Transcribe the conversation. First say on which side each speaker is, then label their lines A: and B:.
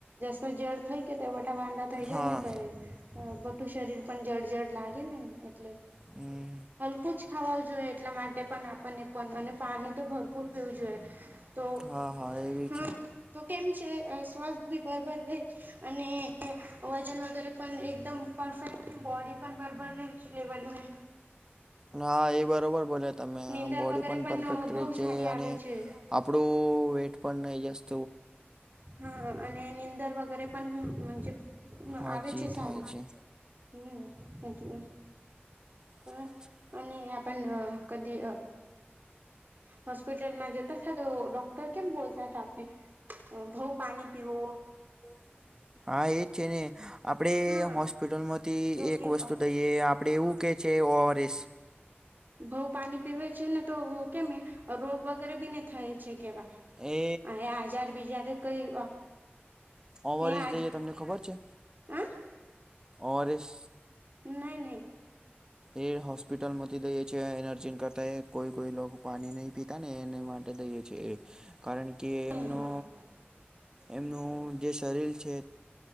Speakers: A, on the right (about 50°); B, on the right (about 20°).
A: સજડ થઈ કેવઠા વાંધા થઇ જ
B: હા
A: ને પછી. અ બટું શરીર પણ જળ જળ લાગે ને એટલે.
B: હમ
A: હલકું જ ખાવા જોઈએ એટલા માટે પણ આપણને પણ અને પાણી તો ભરપૂર પીવું જોઈએ. તો
B: હા હા એવી
A: હમ
B: છે.
A: કેમ છે સ્વાથ બી બરાબર રહે છે, અને ન વગેરે પણ એકદમ પરફેક્ટ બોડી પણ બબર રહે છે લેવલમે.
B: હા એ બરોબર બોલ્યા. તમે
A: નીંદર
B: બોડી
A: વગેરે
B: પણ પરફેક્ટ
A: બહુ
B: રહે
A: સારી
B: છે
A: આવે
B: અને,
A: છે.
B: આપણું વેટ પણ જ
A: હા અને નિંદર વગેરે પણ જ
B: હાજી
A: આવે છે સારી,
B: થાય છે
A: હમ એટલે.
B: હ
A: પણ
B: <unintelligible>
A: અને આપ કદી હોસ્પિટલમાં જોતા થ તો ડો કેમ બોલતા થ આપને, ભઉ પાણી પીઓ.
B: હમ <unintelligible> હા એજ છે ને, આપડે
A: હા
B: હોસ્પિટલ માંથી
A: તો
B: એક
A: કે
B: વસ્તુ દઈએ આપડે એવું કે છે ઓસ
A: બઉ પાણી પીવે છે ને તો કેમે રોગ વ રબીને થાય છે કેવા
B: એ
A: હજાર બીજાર કઈ
B: ઓવરસ
A: હે આજ
B: જઈએ તમને ખબર છે
A: હ
B: ઓવરસ
A: નહી નહી
B: એ હોસ્પિટલમાંથી દઈે છે એર્જન કરતા કોઈ કોઈ પાણી નહી પિતા ને એને માટે દઈએ છે કારણ કે
A: હા
B: એમનો એમનું જે શરીર છે,